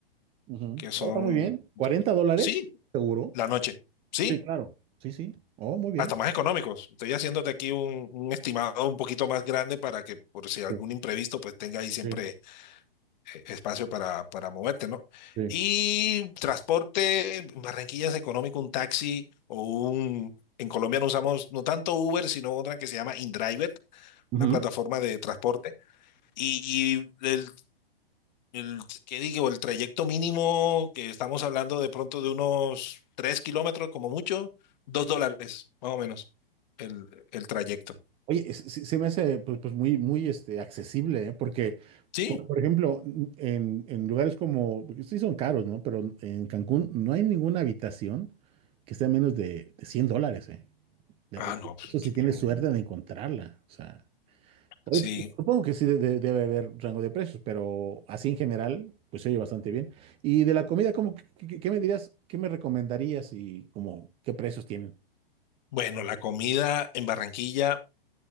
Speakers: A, on the right (about 20°); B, on the left (about 50°).
A: Ujú.
B: que son,
A: Oh, está muy bien. Cuarenta dólares?
B: sí,
A: ¿Seguro?
B: la noche, sí,
A: Sí, claro. Sí, sí. Oh, muy bien.
B: hasta más económicos. Estoy haciéndote aquí un, un estimado un poquito más grande para que por si algún
A: Sí,
B: imprevisto pues tenga ahí siempre
A: sí,
B: eh, espacio para, para moverte, ¿no?
A: sí.
B: Y transporte, en Barranquilla es económico, un taxi o un... En Colombia no usamos no tanto Uber, sino otra que se llama InDriver,
A: Ujú.
B: una plataforma de transporte. Y, y el, el, ¿qué digo? El trayecto mínimo que estamos hablando de pronto de unos 3 kilómetros como mucho, 2 dólares, más o menos, el, el trayecto.
A: Oye, es- sí- se, me hace pues, pues, muy, muy este, accesible, ¿eh? Porque
B: ¿Sí?
A: Por, por ejemplo, en, en lugares como, porque sí son caros, ¿no? Pero en Cancún no hay ninguna habitación que sea menos de, de 100 dólares, ¿eh? De-
B: Ah, no, pues,
A: eso si
B: qué bueno.
A: tienes suerte de encontrarla, o sea. oye,
B: Sí.
A: pues, supongo que sí de- de- debe haber rango de precios, pero así en general, pues se oye bastante bien. Y de la comida, ¿cómo, que- que- que- qué, me dirías, qué me recomendarías y como qué precios tienen?
B: Bueno, la comida en Barranquilla